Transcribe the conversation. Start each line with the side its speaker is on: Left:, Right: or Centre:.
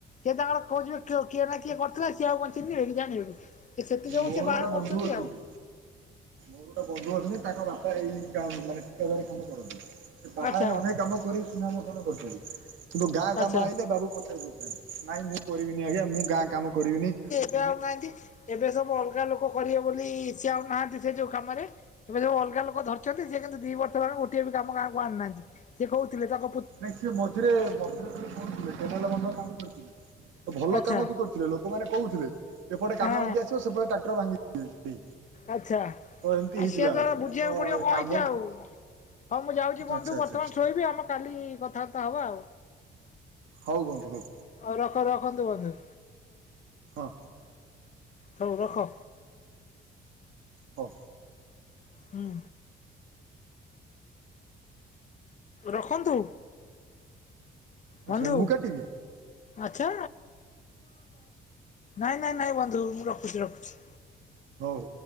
Left: ସେ ତାଙ୍କର କହିବେ କିଏ ନା କିଏ କରିଥିଲେ ସିଏ ଆଉ ଚିହ୍ନି କି ଜାଣିବେକି ଏ ସେଥି ଯୋଗୁଁ
Right: ମୋର
Left: ସେ ବାହାର
Right: ଗୋଟେ
Left: କରୁଛନ୍ତି
Right: ବନ୍ଧୁ ଅଛନ୍ତି
Left: ଆଉ
Right: ମୋର ଗୋଟେ ବନ୍ଧୁ ଅଛନ୍ତି ତାଙ୍କ ବାପା ଏଇ ମାନେ ଠିକାଦାରୀ କାମ କରନ୍ତି ସେ ବାହାରେ
Left: ଆଚ୍ଛା
Right: ଅନେକ କାମ କରି ନା ମୋ କଣ କରୁଛନ୍ତି କିନ୍ତୁ ଗାଁ
Left: ଆଚ୍ଛା।
Right: କାମ ଆଇଲେ ବାବୁ ପଚାର ବୁଝଛନ୍ତି ନାଇଁ ମୁଁ କରିବିନି ଆଜ୍ଞା ମୁଁ ଗାଁ କାମ କରିବିନି
Left: ଏଵେ ଆଉ ନାହାନ୍ତି ଏବେ ସବୁ ଅଲଗା ଲୋକ କରିବେ ବୋଲି ଇଚ୍ଛା ନାହାନ୍ତି ସେ ଯୋଉ କାମରେ ଏବେ ଯୋଉ ଅଲଗା ଲୋକ ଧରିଛନ୍ତି ସିଏ କିନ୍ତୁ ଦି ବର୍ଷ ହେଲା ଗୋଟିଏ ବି କାମ ଗାଁକୁ ଆଣିନାହାନ୍ତି ସିଏ କହୁଥିଲେ ତାଙ୍କ
Right: ନାଇଁ ସିଏ ମଝିରେ ମଝିରେ ଥରେ କହୁଥିଲେ କେନାଲ ବନ୍ଧ କାମ କରିଥିଲେ ଭଲ
Left: ଆଚ୍ଛା
Right: କାମ ବି କରିଥିଲେ ଲୋକମାନେ କହୁଥିଲେ ଏପଟେ
Left: ହଁ
Right: କାମ ହେଇକି ଆସିବ ସେପଟେ ଟ୍ରାକ୍ଟର ଭାଙ୍ଗି
Left: ଆଚ୍ଛା ଆଉ
Right: ତ ଏମିତି ହେଇଥିଲା
Left: ସିଏ ଏଥର ବୁଝିବାକୁ
Right: ତ
Left: ପଡିବ କଣ
Right: କାମ
Left: ହେଇଛି ଆଉ ହଁ ମୁଁ ଯାଉଛି ବନ୍ଧୁ
Right: ଆଚ୍ଛା ଆଚ୍ଛା
Left: ବର୍ତ୍ତମାନ ଶୋଇବି ଆମେ କାଲି କଥାବାର୍ତ୍ତା ହବା ଆଉ
Right: ହଉ ବନ୍ଧୁ ହଉ
Left: ହଉ ରଖ ରଖ ରଖନ୍ତୁ ବନ୍ଧୁ
Right: ହଁ
Left: ହଉ ରଖ
Right: ହଉ
Left: ହୁଁ ରଖନ୍ତୁ
Right: ଆଚ୍ଛା
Left: ବନ୍ଧୁ
Right: ମୁଁ କାଟିବି
Left: ଆଚ୍ଛା ନାଇଁ ନାଇଁ ନାଇଁ ବନ୍ଧୁ ମୁଁ ରଖୁଛି ରଖୁଛି
Right: ହଉ